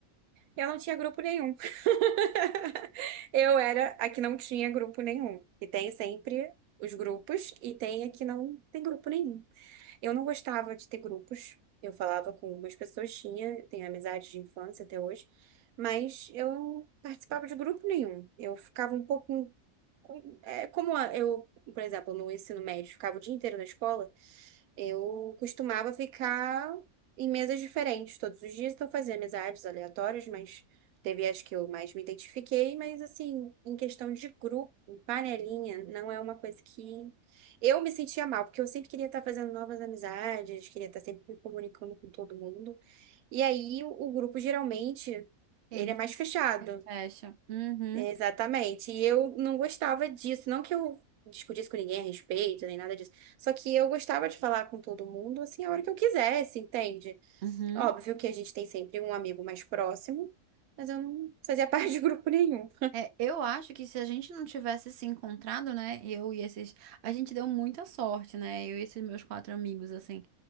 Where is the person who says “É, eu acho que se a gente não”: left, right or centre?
Right